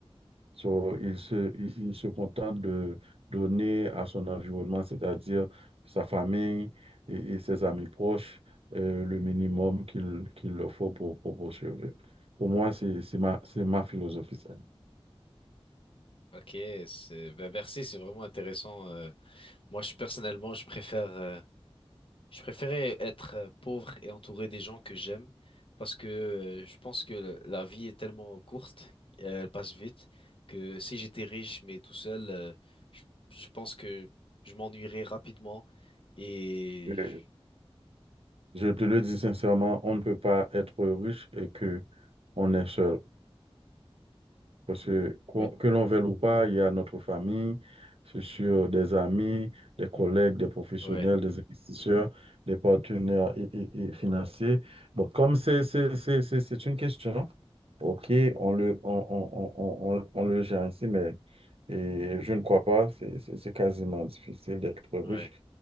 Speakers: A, on the right; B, on the left.
A: So, il se, il, il se contente de donner à son environnement, c'est-à-dire sa famille et, et ses amis proches, euh, le minimum qu'il qu'il leur faut pour, pour, pour survivre. Pour moi, c'est c'est ma, c'est ma philosophie. ça.
B: Ok, c'est, ben merci, c'est vraiment intéressant. Euh, moi, je personnellement, je préfère. euh, Je préférais être euh, pauvre et entouré des gens que j'aime parce que euh, je pense que le- la vie est tellement courte, euh, elle passe vite, que si j'étais riche mais tout seul, euh, je, je pense que je m'ennuierais rapidement et
A: Euh,
B: je-
A: Je te le dis sincèrement, on ne peut pas être riche et que on est seul. Parce que qu'on-
B: oui,
A: que l'on veuille ou pas, il y a notre famille, c'est sûr, des amis, des collègues, des professionnels,
B: ouais,
A: des investisseurs, des partenaires et, et- et financiers. Bon, comme c'est c'est- c'est- c'est- c'est une question, OK, on le, on, on, on, on, on le gère ainsi, mais et je ne crois pas, c'est c'est- c'est quasiment difficile d'être riche
B: ouais.